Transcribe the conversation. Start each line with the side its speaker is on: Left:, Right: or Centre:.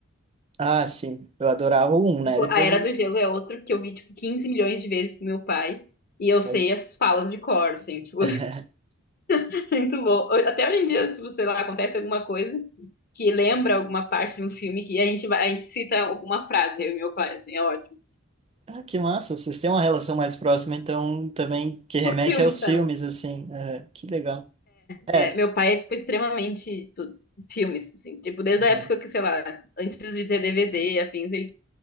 Right: ah, sim, eu adorava o um,
Left: Tipo,
Right: né? Depois.
Left: a Era do Gelo é outro que eu vi, tipo, 15 milhões de vezes com meu pai. E eu
Right: sabe?
Left: sei as falas de cor, assim, tipo.
Right: <laughs>
Left: <laughs> Muito bom. Até hoje em dia, se você lá acontece alguma coisa que lembra alguma parte de um filme que a gente vai, a gente cita alguma frase, eu e meu pai, assim, é ótimo.
Right: Ah, que massa, vocês têm uma relação mais próxima, então também que remete
Left: Por filmes
Right: aos
Left: também.
Right: filmes, assim. Aham, que legal.
Left: É,
Right: É.
Left: meu pai é, tipo, extremamente, tipo, filmes, assim, tipo, desde
Right: aham.
Left: a época que, sei lá, antes de ter DVD, afins, ele